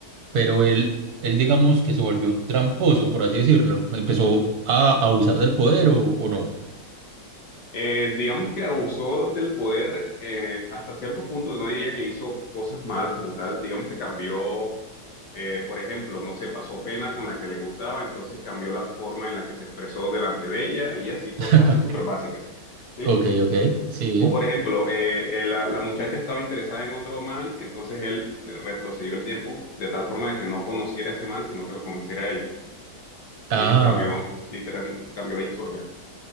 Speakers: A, on the right; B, on the left.
A: pero él, él digamos que se volvió un tramposo, por así decirlo. Empezó a abusar del poder o, o no.
B: Eh, digamos que abusó del poder eh, hasta cierto punto, no diría que hizo cosas malas como tal, digamos que cambió, eh, por ejemplo, no sé, pasó pena con la que le gustaba, entonces cambió la forma en la que se expresó delante de ella y así, cosas
A: <laughs>
B: así súper básicas, ¿sí?
A: Ok, ok, sí.
B: O por ejemplo, eh, eh, la, la muchacha estaba interesada en otro man, entonces él retrocedió el tiempo de tal forma de que no conociera a ese man, sino que lo conociera a él.
A: Ah,
B: Y eso cambió, literal, cambió la historia.